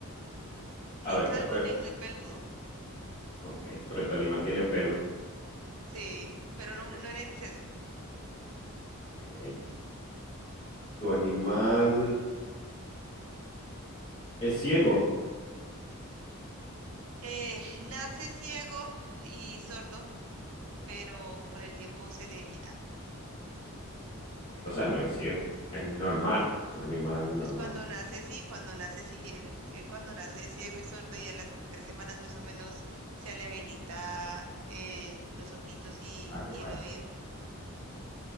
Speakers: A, on the right (about 70°); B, on the left (about 20°).
A: Ni
B: A ver,
A: calvo
B: te-
A: ni muy peludo.
B: ok. Pero tu animal tiene pelo.
A: Sí, pero no,
B: Ok.
A: no en exceso.
B: ok. tu animal es ciego.
A: Eh, nace ciego y sordo, pero con el tiempo se le quita.
B: O sea, no es ciego, es normal, un animal normal.
A: Pues cuando nace, sí, cuando nace, sí, él, él cuando nace es ciego y sordo y a las tres semanas más o menos se le habilita eh, los ojitos y,
B: Vale,
A: y
B: vale.
A: el oído.